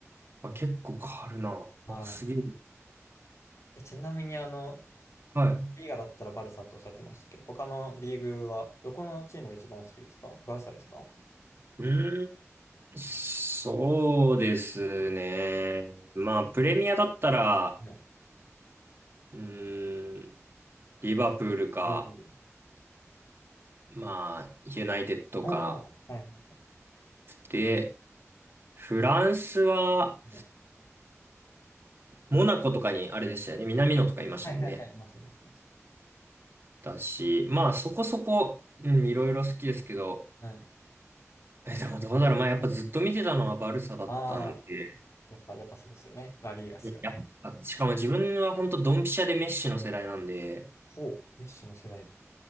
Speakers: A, on the right (about 45°); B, on the left (about 65°).
A: あ、結構変わるな。
B: は
A: あ、すげえ。
B: い。え、ちなみに、あの、
A: はい。
B: リーガだったらバルサっておっしゃってましたけど、他のリーグは、どこのチームが一番お好きですかバルサですか
A: うーん、そうですね。まあ、プレミアだったら、
B: ね。
A: うーリバプールか、
B: おお
A: まあ、ユナイテッドか。
B: おおはいはい
A: で、フランスは、
B: はい。
A: モナコとかにあれでしたよね。南野とかいましたもんね。
B: はいはいはい、いますいますいます。
A: だし、まあ、そこそこ、うん、いろいろ好きですけど、
B: はい。
A: え、でもどうだろう。まあ、やっぱずっと見てたのはバルサだったんで、
B: ああ、やっぱ、やっぱそうですよね。ラリーガっすよね。
A: いや、やっぱしかも自分は本当ドンピシャでメッシの世代なんで、
B: ほう、メッシュの世代。